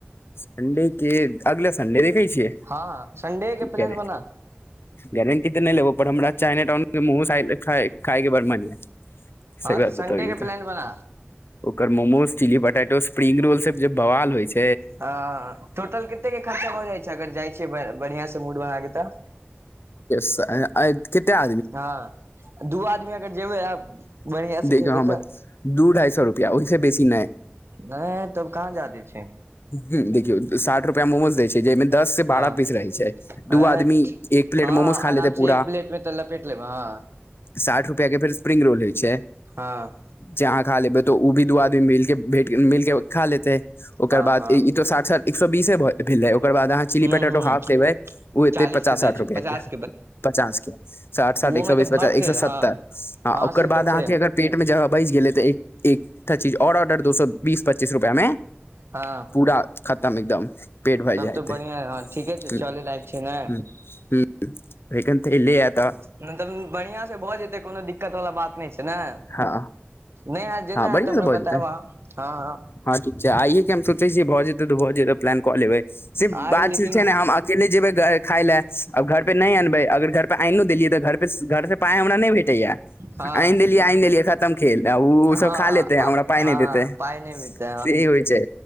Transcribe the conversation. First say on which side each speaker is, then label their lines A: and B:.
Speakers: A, on the left; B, on the right.
A: सन्डे के अगले सडे देखै छियै
B: हँ संडे प्लान
A: के
B: बना
A: गारंटी तऽ नय लेबौ पर हमरा चाइना टाउन मु खायके बड़ मन यै
B: हँ
A: सही बात
B: तऽ संडे
A: बतबियौ
B: के प्लान
A: तऽ
B: बना
A: ओकर momos chilli potato spring roll सब जे बवाल होइ छै
B: ह टोटल केते के खर्चा भऽ जाइ छै अगर जाइ छी बढ़िआं से मूड बना के तऽ
A: से आइ केटा
B: हँ दू आदमी अगर जेबै आ बढ़िआँ से
A: देखियौ
B: खेबै
A: हम
B: तऽ
A: दू ढाई सए रुपआ ओइसे बेसी नय
B: नय तब कहाँ जादे छै
A: ह देखियौ साठि रुपआ मोमोज दै छै जाहिमे दस से बारह
B: हँ
A: पीस रहै छै दू
B: एठ
A: आदमी एक प्लेट
B: हँ
A: मोमोज
B: हँ
A: खा
B: आराम
A: लेतै
B: सँ
A: पूरा
B: एक प्लेट मे तऽ लपेटलेब हँ
A: साठ रुपैआ के फेर स्प्रिंग रोल होइ छै
B: हँ
A: जहाँ खा लेबै तो ओ भी दू आदमी मिल भे मिलके खा लेतै ओकर
B: हँ
A: बाद
B: हँ
A: ई तो साठ साठ एक सए बीसे भेलै ओकर बाद अहाँ चिली
B: ह
A: पटेऽटो
B: ह
A: हाफ लेबै ओ एतै
B: चालीस
A: पचास
B: के दै
A: साठ
B: छै
A: रुपआ
B: पचास
A: के पचास के साठ साठ
B: ओहो
A: एक
B: मे
A: सए
B: तऽ
A: बीस पचास
B: भरते
A: एक सए सत्तर
B: हँ
A: ह
B: हँ
A: ओकर
B: से
A: बाद
B: तऽ छै
A: अहाँके अगर पेट मे जगह बाइच गेलै तऽ एक एकटा चीज आओर ऑर्डर दो सए बीस पच्चीस रुपआ मे
B: हँ
A: पूरा खतम एकदम पेट भरि
B: तब
A: जायत
B: तऽ बढ़िआँ हँ ठीके छै
A: हु
B: चले लायक छै ने
A: हु हूं इले आ त
B: मतलब बढ़ियां से भऽ जेतै कोनो दिक्कत वला बात नय छै तै नय
A: हँ
B: नय आय जेना
A: हँ बढ़िआँ
B: होयत हमरा
A: से भऽ
B: बतायब
A: जेतै
B: अहाँ हँ हँ
A: हँ ठीक छै आइये के हम सोचे छीयै भऽ जेते तऽ भऽ जेतै प्लान कऽ लेबै से
B: आइ
A: बात
B: लेकिन
A: छै ने हम केे नय जेबे खाय ले अब घर पे नय अनबै अगर घर पे आन देलियै तऽर घर से पायइ हमरा नय भेट लै आ
B: हँ
A: आनि देलियै आनि देलिय खत खतम खेल आ उ उ
B: हँ
A: सब खा लेतै आ
B: आब
A: हमरा पाय
B: हँ
A: नय देतै
B: पाइ नहि भेटतै
A: से होइ छै